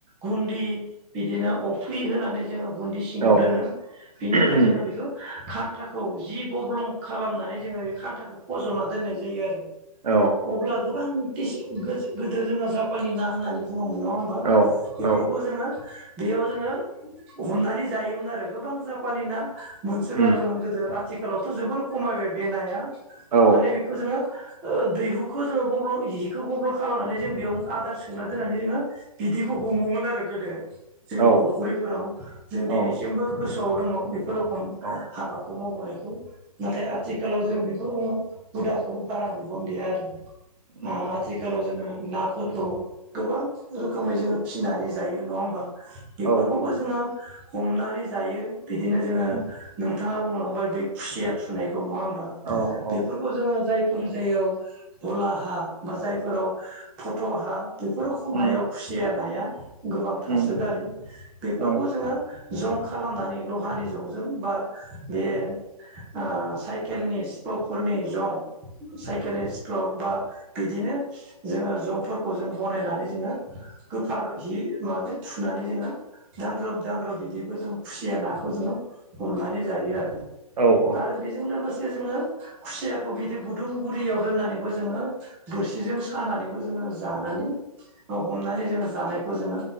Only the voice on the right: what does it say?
औ
उम
औ
औ
औ
उम
औ
औ
औ
औ
उम
औ औ
उम
औ
औ
उम
उम
औ
औ औ